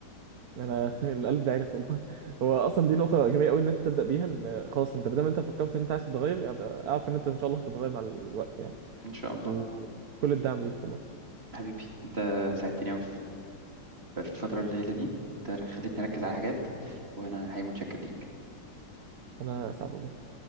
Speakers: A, on the right; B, on the right.
A: انا <laughs> القلب داعي لك والله هو اصلا دي نقطه ايجابيه قوي ان انت تبدا بيها ان خلاص انت ما دام انت فكرت ان انت عايز تتغير يبقى اعرف ان انت ان شاء الله هتتغير مع الوقت يعني
B: ان شاء الله
A: وكل الدعم ليك والله
B: حبيبي انت ساعدتني قوي فالفترة القليلة دي انت خلتني أركز على حاجات وأنا حقيقي متشكر ليك
A: انا اسعد والله